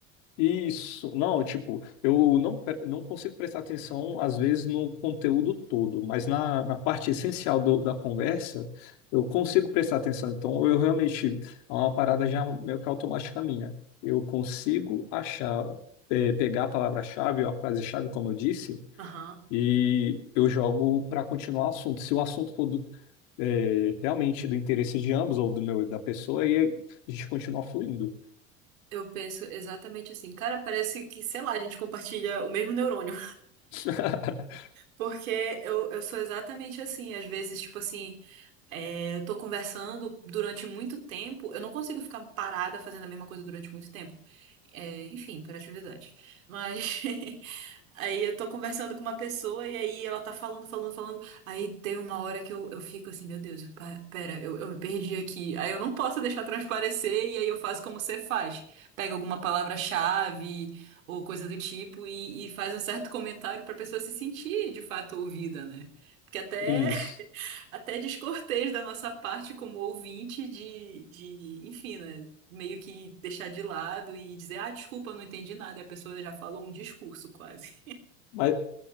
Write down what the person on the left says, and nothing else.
Isso, não, tipo, eu não, pe- não consigo prestar atenção, às vezes, no conteúdo todo, mas na, na parte essencial do- da conversa, eu consigo prestar atenção. Então, eu realmente, é uma parada já meio que automática minha. Eu consigo achar, eh, pegar a palavra-chave ou a frase-chave, como eu disse,
e eu jogo para continuar o assunto. Se o assunto for do- eh, realmente do interesse de ambos, ou do meu e da pessoa, aí a gente continua fluindo.
<laughs>
Isso.
Mas,